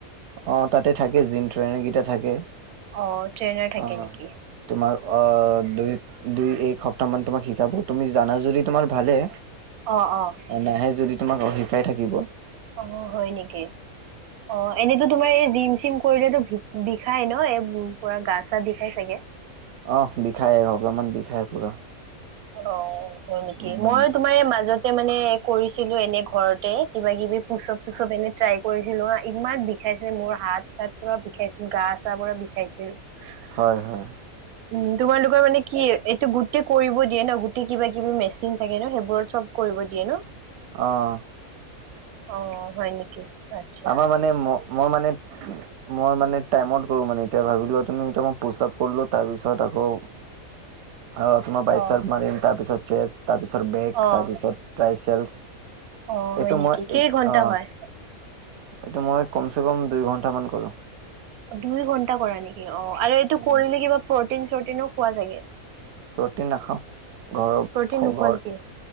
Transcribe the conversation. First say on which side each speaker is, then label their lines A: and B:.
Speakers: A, on the right; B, on the right.
A: অ তাতে থাকে জিনট্ৰ ট্ৰেইনৰকেইটা থাকে
B: অ' ট্ৰেইনাৰ থাকে
A: অ'
B: নেকি?
A: তোমাৰ অ' দুই দুই এক সপ্তাহ মান তোমাক শিকাব তুমি জানা যদি তোমাৰ ভালে।
B: অ' অ'
A: অ নাহে যদি তোমাক অ' শিকাই থাকিব।
B: অ' হয় নেকি অ এনেইতো তোমাৰ এই জিম চিম, কৰিলেতো ভি বিষাই ন এই পু পুৰা গা চা বিষাই চাগে
A: অঁহ, বিষাই অলপমান বিষাই পুৰা।
B: অঁ হয় নেকি?
A: উম,
B: মই তোমাৰ মাজতে মানে কৰিছিলোঁ এনে ঘৰতে কিবা-কিবি পুচপ -চুচপ এনেই ট্ৰাই কৰিছিলোঁ হাঁ। ইমান বিষাইছে, মোৰ হাত-চাত পুৰা বিষাইছিল, গা-চা পুৰা বিষাইছিল। হাঁও
A: হয়, হয়।
B: উম, তোমালোকৰ মানে কি এইটো গোটেই কৰিব দিয়ে ন', গোটেই কিবা-কিবি মেচিন থাকে ন', সেইবোৰত চব কৰিব দিয়ে ন'?
A: অঁ
B: অঁ, হয় নেকি? আচ্ছা
A: আমাৰ মানে, ম' মই মানে মই মানে টাইমত কৰোঁ মানে, এতিয়া ভাৱিলোৱা তুমি। এতিয়া মই পুচপ কৰিলোঁ তাৰপিছত আকৌ আগত মই বাইচেলফ
B: অ
A: মাৰিম তাৰপিছত চেছ তাৰপিছত ব্ৰেগ
B: অ
A: তাৰপিছত ট্ৰাইছেল।
B: অ হয়
A: এইটো
B: নেকি
A: মই
B: কেই
A: এক
B: ঘন্টা
A: আ
B: হয়
A: এইটো মই কমচেকম দুই ঘণ্টামান কৰোঁ।
B: দুই ঘন্টা কৰা নেকি? অঁ, আৰু এইটো
A: উম
B: কৰিলে কিবা প্ৰ'টিন- চটিনো খোৱা চাগে?
A: প্ৰ'টিন নাখাওঁ। ঘৰৰ
B: প্ৰটিন
A: খ
B: নোখোৱা
A: ঘৰত
B: নেকি